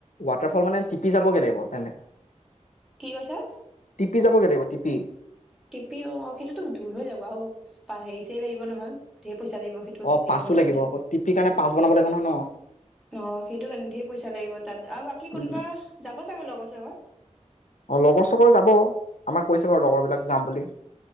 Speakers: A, on the left; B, in the centre.
A: ৱাটাৰফল মানে টিপি যাবগে লাগিব। তেনে
B: কি কৈছা?
A: টিপি যাবগে লাগিব উম।
B: টিপি অ' সেইটোতো দূৰ হৈ যাব আৰু হেৰি চেৰি লাগিব নহয়, ধেই পইছা লাগিব সেইটো
A: অ
B: হেই
A: পাছো
B: বনাওঁতে,
A: লাগিব আকৌ টিপিৰ কাৰণে পাছ বনাব
B: অ'
A: লাগিব নহয় ন
B: সেইটো কাৰণে ধেই পইছা <unintelligible> তাত আৰু বাকী
A: উম
B: কোনোবা যাব চাগে লগত। <unintelligible>
A: অ' লগৰ চগৰ যাব, আমাক কৈছে বাৰু লগৰ বিলাক যাম বুলি।